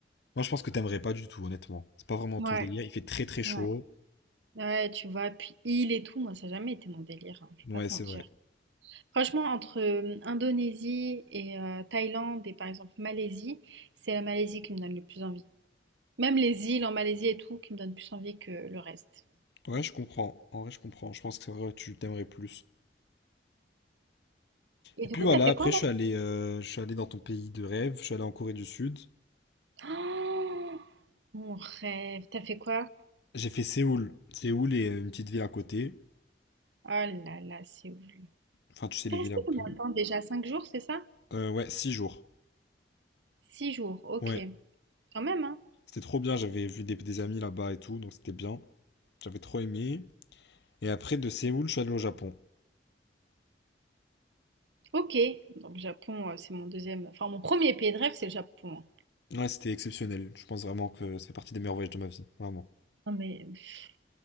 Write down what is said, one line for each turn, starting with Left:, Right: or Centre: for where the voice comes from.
Left: Moi, je pense que t'aimerais pas du tout, honnêtement. C'est pas vraiment
Right: Ouais,
Left: ton délire. Il fait très très chaud.
Right: ouais. Ouais, tu vois, puis île et tout, moi, ça a jamais été mon délire, hein, je vais
Left: Ouais,
Right: pas te
Left: c'est
Right: mentir.
Left: vrai.
Right: Franchement, entre euh, Indonésie et euh, Thaïlande et par exemple Malaisie, c'est la Malaisie qui me donne le plus envie. Même les îles en Malaisie et tout, qui me donnent plus envie que le reste.
Left: Ouais, je comprends. En vrai, je comprends. Je pense que c'est vrai, tu t'aimerais plus.
Right: Et
Left: Et
Right: du
Left: puis
Right: coup,
Left: voilà,
Right: t'as fait
Left: après,
Right: quoi, Mal-
Left: je suis allé, euh, je suis allé dans ton pays de rêve. Je suis allé en Corée du Sud.
Right: Oh, mon rêve. T'as fait quoi?
Left: J'ai fait Séoul. Séoul est une petite ville à côté.
Right: Oh là là, c'est ouf.
Left: Enfin, tu sais, les
Right: T'es resté
Left: villes un peu.
Right: combien de temps déjà? 5 jours, c'est ça?
Left: Euh, ouais, six jours.
Right: 6 jours, ok.
Left: Ouais.
Right: Quand même, hein?
Left: C'était trop bien. J'avais vu des, des amis là-bas et tout, donc c'était bien. J'avais trop aimé. Et après, de Séoul, je suis allé au Japon.
Right: Ok. Donc, Japon, euh, c'est mon deuxième. Enfin, mon premier pays de rêve, c'est le Japon. hein.
Left: Ouais, c'était exceptionnel. Je pense vraiment que c'est partie des meilleurs voyages de ma vie. Vraiment.
Right: Non, mais pff.